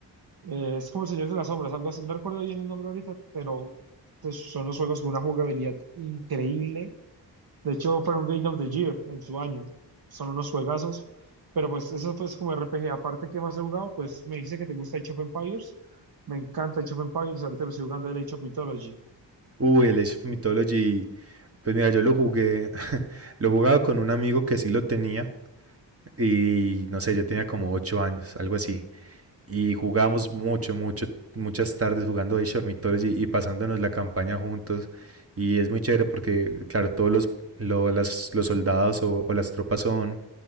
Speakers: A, on the right; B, on the right.
A: Eh, es como el Señor de las Sombras, algo así. No recuerdo bien el nombre ahorita, pero pues, son los juegos con una jugabilidad increíble De hecho, fueron Game of the Year en su año. Son unos juegazos. Pero pues eso es como RPG. Aparte, ¿qué más he jugado? Pues me dice que te gusta Age of Empires. Me encanta Age of Empires. Ahorita lo estoy jugando el Age of Mythology.
B: Uy, el Age of Mythology Pues mira, yo lo jugué, <laughs> lo jugaba con un amigo que sí lo tenía y no sé, yo tenía como ocho años, algo así. Y jugábamos mucho, mucho, muchas tardes jugando Age of Mythology y pasándonos la campaña juntos. Y es muy chévere porque, claro, todos los, lo- las- los soldados o, o las tropas son,